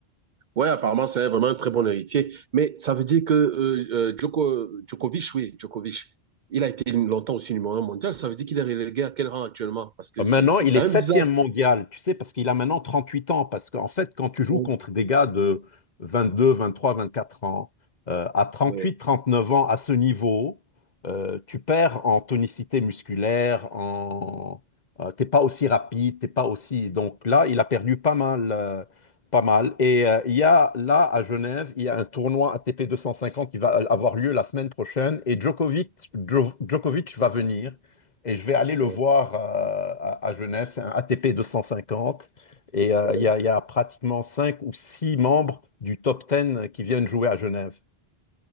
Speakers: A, on the right; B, on the left.
A: Ouais, apparemment, c'est vraiment un très bon héritier. Mais ça veut dire que euh, euh, Djoko- Djokovic, oui, Djokovic, il a été longtemps aussi numéro un mondial. Ça veut dire qu'il est relégué à quel rang actuellement? Parce que
B: Euh, Maintenant,
A: c'est c'est
B: il
A: quand
B: est septième
A: même bizarre.
B: mondial, tu sais, parce qu'il a maintenant 38 ans. Parce qu'en fait, quand tu joues
A: Ouais,
B: contre des gars de 22, 23, 24 ans, euh, à 38,
A: ouais,
B: 39 ans, à ce niveau, euh, tu perds en tonicité musculaire, en, euh, t'es pas aussi rapide, t'es pas aussi. Donc là, il a perdu pas mal, euh, pas mal. Et euh, il y a là à Genève, il y a un tournoi ATP 250 qui va avoir lieu la semaine prochaine, et Djokovic, Djo- Djokovic va venir. Et je vais aller le
A: ouais,
B: voir euh, à, à Genève. C'est un ATP 250. Et euh,
A: ouais.
B: il y a, il y a pratiquement 5 ou 6 membres du top 10 qui viennent jouer à Genève.